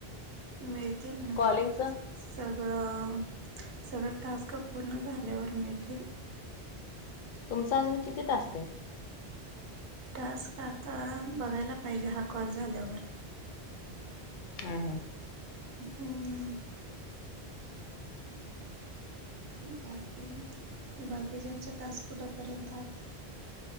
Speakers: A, on the right; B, on the left.
A: मिळतील.
B: कॉलिंगच.
A: सगळं सगळं टास्क पूर्ण झाल्यावर मिळतील.
B: तुमचं अजून किती टासतय.
A: टास्क आता बघायला पाहिजे हा कॉल झाल्यावर.
B: हम हा.
A: हम. बाकी बाकी ज्यांचा टास् कुठापर्यंत आ.